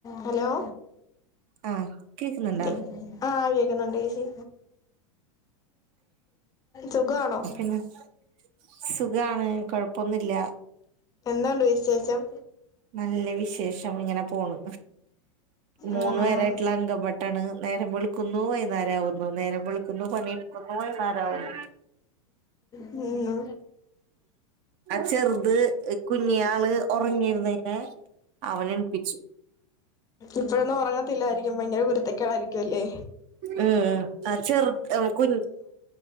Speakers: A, on the left; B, on the right.
A: Hello
B: ആഹ് കേക്കുന്നുണ്ടാ
A: കേ ആഹ്, കേക്കുന്നെണ്ട് ചേച്ചി സുഖാണോ?
B: <inaudible> സുഖാണ് കൊഴപ്പൊന്നില്ല.
A: എന്നാ ഉണ്ട് വിശേഷം?
B: നല്ല വിശേഷമിങ്ങന പോണ്, മൂന്നു
A: ആഹ്
B: പേരായിട്ടുള്ള അംഗവെ ട്ടാണ് നേരം വെള്ക്കുന്നു വൈന്നേരാകുന്നു നേരം വെള്ക്കുന്നു പണിയെടുക്കുന്നു വൈകുന്നേരാവുന്നു.
A: നിന്നു
B: ആ ചെറുത് കുഞ്ഞി ആള് ഒറങ്ങിരുന്നേനേ അവൻ എൽപ്പിചു.
A: ഇപ്പഴൊന്നും ഒറങ്ങത്തില്ലായിരിക്കും ഭയങ്കര കുരുത്തക്കേടായിരിക്കുല്ലേ.
B: ഉം ആ ചെറ്ത് ആ കുഞ്ഞ്